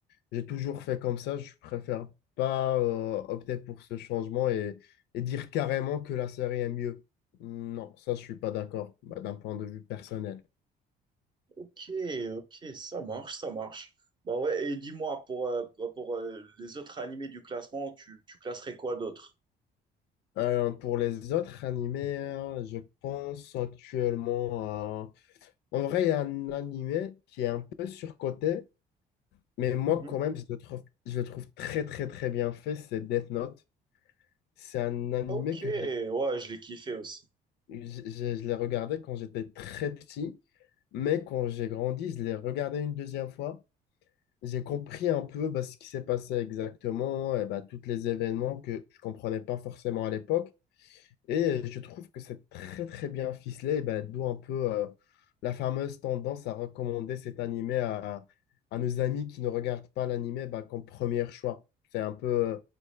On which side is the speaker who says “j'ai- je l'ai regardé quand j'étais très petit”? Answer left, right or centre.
Left